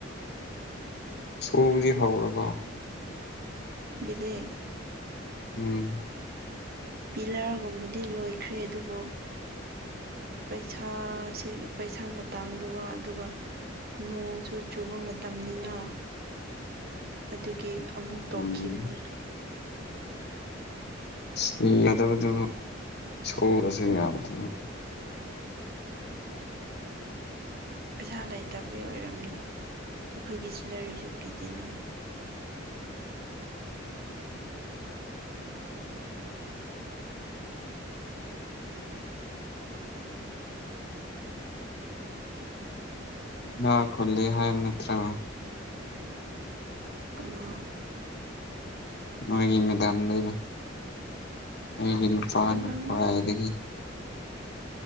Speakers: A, on the left (about 60°); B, on the right (about 55°).
A: ꯁ꯭ꯀꯨꯜꯗꯤ ꯍꯧꯔꯕꯣ
B: ꯕꯤꯂꯦ
A: ꯎꯝ
B: ꯄꯤꯂꯔꯒꯨꯝꯕꯗꯤ ꯂꯣꯏꯈ꯭ꯔꯦ ꯑꯗꯨꯕꯨ ꯄꯩꯁꯥꯁꯤ ꯄꯩꯁꯥ ꯃꯇꯥꯡꯗꯨꯒ ꯑꯗꯨꯒ ꯅꯣꯡꯁꯨ ꯆꯨꯕ ꯃꯇꯝꯅꯤꯅ ꯑꯗꯨꯒꯤ ꯑꯃꯨꯛ ꯇꯣꯛꯈꯤꯕꯅꯤ
A: ꯎꯝ ꯁꯤꯖꯤꯟꯅꯗꯕꯗꯨ ꯁꯨꯔꯁꯨ ꯌꯥꯕꯗꯨꯕꯨ
B: ꯄꯩꯁꯥ ꯂꯩꯇꯕꯤ ꯑꯣꯏꯔꯝꯅꯤ ꯑꯩꯈꯣꯏꯒꯤ ꯁꯦꯂꯔꯤꯁꯨ ꯄꯤꯗꯦꯅ <unintelligible>
A: ꯏꯅꯥꯛ ꯈꯨꯜꯂꯦ ꯍꯥꯏꯕ ꯅꯠꯇ꯭ꯔꯣ
B: ꯀꯅꯥ
A: ꯅꯣꯏꯒꯤ ꯃꯦꯗꯥꯝꯗꯅ ꯃꯤꯒꯤ ꯅꯨꯄꯥꯅ
B: ꯈꯨꯂꯪ
A: ꯈ꯭ꯋꯥꯏꯗꯒꯤ